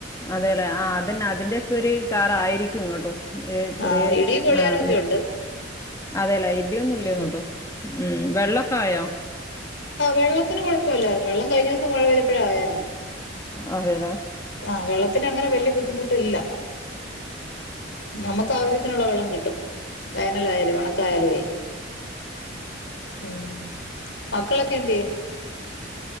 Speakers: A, on the left; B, on the left.
A: അതെല്ലെ ആ അതന്നെ അതിന്റെറെയക്കെ ഒരു കാറായിരിക്കും ഇങ്ങോട്ടും ഏയ് ചെറിയ
B: ആഹ് ഇടിയും കൊള്ളിയാനും
A: അഹ്
B: ഒക്കെ ഉണ്ട്
A: അതെയല്ലേ ഇടിയൊന്നും ഇല്ലേങ്ങോട്ട്
B: ഉം
A: ഉ വെള്ളൊക്കെ ആയോ?
B: ആ വെള്ളത്തിന് കുഴപ്പമല്ലായിരുന്നു വെള്ളം കഴിഞ്ഞ ദിവസം മഴ പെയ്തപ്പോഴ ആയരുന്നു
A: അതെല്
B: ആഹ് വെള്ളത്തിന് അങ്ങനെ വല്യ ബുദ്ധിമുട്ടില്ല നമുക്ക് ആവശ്യത്തിനുള്ള വെള്ളം കിട്ടും വേനലായാലും ഉണക്കായാലുവേ ഉം മക്കളക്കെന്തെയ്യ